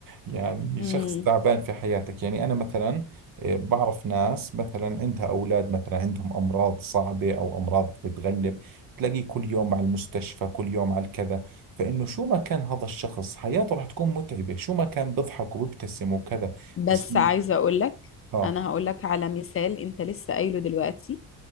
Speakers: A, on the right (about 55°); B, on the left (about 35°).
A: يعني
B: امم
A: شخص تعبان في حياتك يعني أنا مثلا آه، بعرف ناس مثلا عندها أولاد مثلا عندهم أمراض صعبة أو أمراض بتغلب تلاقيه كل يوم على المستشفى كل يوم على الكذا فإنه شو ما كان هذا الشخص حياته رح تكون متعبة شو ما كان بيضحك وبيبتسم وكذا
B: بس
A: بس
B: عايزة أقولك
A: آه
B: أنا هقولك على مثال أنت لسه قايله دلوقتي